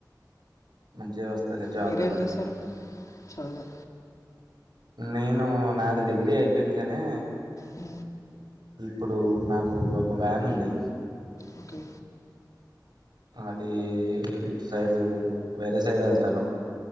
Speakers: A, on the right; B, on the left.
A: మంచి వస్తలే జాబ్లు
B: మీరేం
A: కూడా
B: చేస్తారు చదువు
A: నేను నాది డిగ్రీ అయిపోయింది కానీ
B: అ
A: ఇప్పుడు నాకు ఒక వ్యాన్ ఉంది
B: ఓకే
A: అది ఇటు సైడ్ వేరే సైడ్ వెళ్తాను